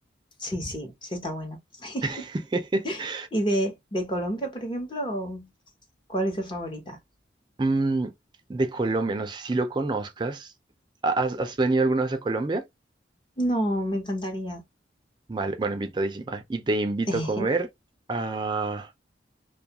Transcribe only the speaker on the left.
Sí, sí, sí está bueno. <laughs>
¿Y de, de Colombia, por ejemplo, cuál es tu favorita?
No, me encantaría.
<laughs>